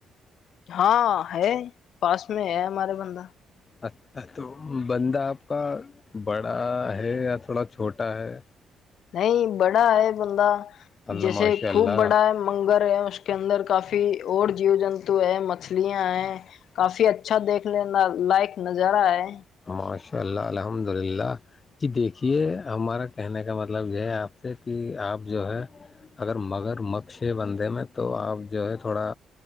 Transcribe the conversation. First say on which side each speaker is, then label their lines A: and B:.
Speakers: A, on the left; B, on the left.
A: ہاں ہے پاس میں ہے ہمارا بندہ
B: اچھا تو بندہ آپ کا بڑا ہے یا تھوڑا چھوٹا ہے
A: نہیں بڑا ہے بندہ
B: اللہ
A: جیسے
B: ماشاء اللہ
A: خوب بڑا ہے منگر ہے اس کے اندر کافی ف اورڑ جیو جنتو ایم مچھلیاں ہیں کافی اچھا دیکھ لینا لائک نظارہ ہے
B: ماشاء اللہ الحمد للہ جی دیکھیے ہمارا کہنے کا مطلب یہ ہے آپ سے کہ آپ جو ہے اگر مگر مقشے بندے میں تو آپ جو ہے تھوڑا